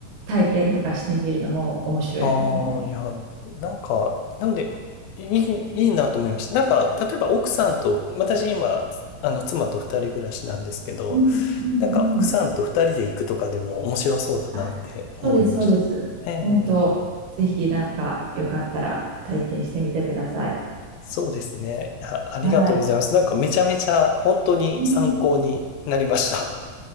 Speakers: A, on the right; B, on the left.
A: 体験とかしてみるのも面白いかと思います。
B: ああ、いや、なんか、なんで、いい、いいなと思いました。なんか、例えば奥さんと、私今、あの、妻と二人暮らしなんですけど、
A: うんうんうん。
B: なんか奥さんと二人で行くとかでも面白そうだなって思いました。
A: あ、そうです、そうです。
B: え
A: 本当、
B: え。
A: ぜひなんかよかったら体験してみてください。
B: そうですね。あ、ありがとうございます。
A: はい。
B: なんかめちゃめちゃ本当に参考になりました。
A: うん、